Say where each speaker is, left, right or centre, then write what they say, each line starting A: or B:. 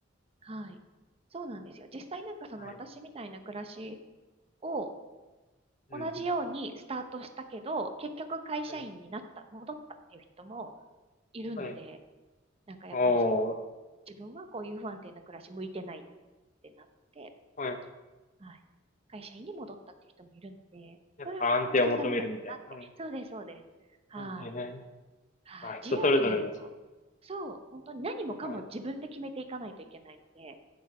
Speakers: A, on the right; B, on the left.
A: はい。そうなんですよ。実際なんかその私みたいな暮らし
B: はい。
A: を
B: うん、
A: 同じようにスタートしたけど、
B: うん。
A: 結局会社員になった、
B: はい。
A: 戻ったっていう人もいるので、
B: はい。はい
A: なんかやっぱりその、
B: おー。
A: 自分はこういう不安定な暮らし向いてないってなって、
B: はい。
A: はい。会社員に戻ったっていう人もいるので、
B: やっぱ安定を求めるみたいな。
A: それは本当に人それぞれだなって。
B: はい。
A: そうです、そうです。はい。
B: はい。はい。はい。
A: はい、
B: まあ人それぞれですね。
A: 自由になると。そう、本当に何もかも自分で決めていかないといけないので、
B: はい。